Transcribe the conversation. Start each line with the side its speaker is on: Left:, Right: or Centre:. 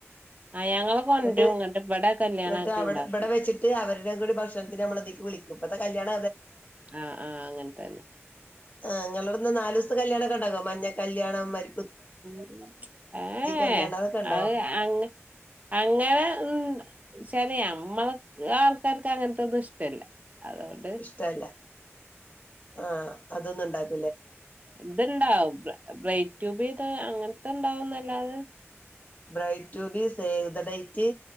Right: ആ ഞങ്ങള് കൊണ്ടരും
Left: ന്ന്ട്ട്
Right: ഇങ്ങട്ട് ഇവിടെ കല്യാണം
Left: ന്ന്ട്ട്
Right: ആക്കി
Left: അവടെ
Right: ഇണ്ടാക്കും
Left: ഇവടെ വെച്ച്ട്ട് അവരുടേം കൂടെ ഭക്ഷണത്തിന്ന് നമ്മളിതിക് വിളി ഇപ്പത്തെ കല്യാണ
Right: ആ ആ അങ്ങൻത്തെന്നെ
Left: ആ ങ്ങളോട്ന്ന് നാലുസ്ത്തെ കല്യാണക്കെണ്ടാവോ മഞ്ഞ കല്യാണം മര്
Right: ഉം ഏ ഏ
Left: കല്യാണം അതൊക്കെ ഉണ്ടോ
Right: അ അത് അങ് അങ്ങനെ ഉ ച്ചാൽ നമ്മൾ ആൾക്കാർക്ക് അങ്ങനത്തെന്നും ഇഷ്ടല്ല അതൊണ്ട്
Left: ഇഷ്ടല്ല ആ അതൊന്ന ഇണ്ടാക്ക
Right: ഇത്ണ്ടാവും ബ്രൈറ്റൂബി ത് അങ്ങനത്തെ ഇണ്ടാവും ന്നല്ലാതെ
Left: ബ്രൈറ്റ്ബി സേവ് ത ടൈറ്റ്